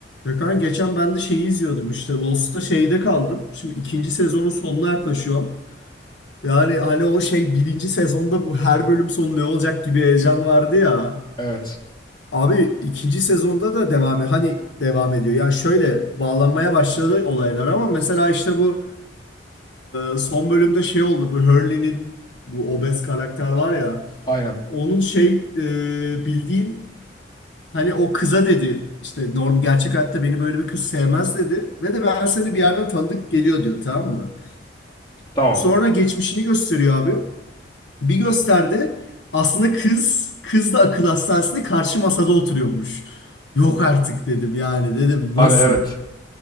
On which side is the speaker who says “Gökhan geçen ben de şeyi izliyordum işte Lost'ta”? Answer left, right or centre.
Left